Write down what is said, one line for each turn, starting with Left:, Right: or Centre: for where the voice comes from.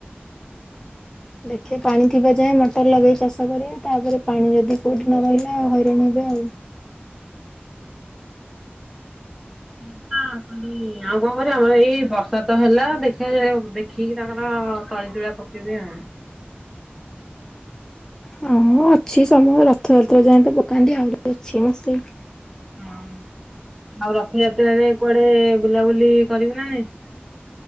Left: ଦେଖେ ପାଣି ଥିବା ଯାଏଁ ମଟର ଲଗେଇ ଚାଷ କରିବା ତାପରେ ପାଣି ଯଦି କୋଉଠି ନ ରହିଲା ଆଉ ହଇରାଣ ହେବେ ଆଉ
Centre: ହେବା ଆଉ ଖାଲି ଆଉ କଣ କରିବା, ଆମର ଏଇ ବର୍ଷା ତ ହେଲା, ଦେଖିବା <unintelligible> ଦେଖିକି ତାଙ୍କର ତଳି ତୁଳା ପ କେଇବେ ଆଉ
Left: ହଁ ମୁଁ ଅଛି ସମୟ ରଥଯାତ୍ରା ଯାଏଁ ତ ପକାନ୍ତି ଆହୁରି ଅଛି ମାସେ।
Centre: ହଁ, ଆଉ ରଥଯାତ୍ରାରେ କୁଆଡେ ବୁଲାବୁଲି କରିବୁ ନା ନାଇଁ?